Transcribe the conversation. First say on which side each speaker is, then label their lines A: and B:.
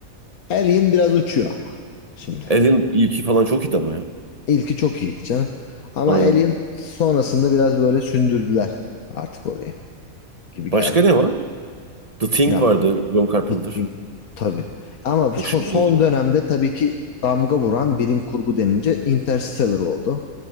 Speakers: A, on the left; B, on the right.
A: Alien biraz uçuyor ama. Şimdi.
B: Alien ilki falan çok iyiydi ama ya.
A: İlki çok iyiydi canım. Ama
B: Aynen.
A: Alien sonrasında biraz böyle sündürdüler artık orayı gibi geldi.
B: Başka ne var? The Thing
A: Ya
B: vardı. John Carpenter.
A: Nutting tabii. Ama şu
B: O şeyde
A: son
B: geçiyordu.
A: dönemde tabii ki damga vuran bilim kurgu denince Interstellar oldu.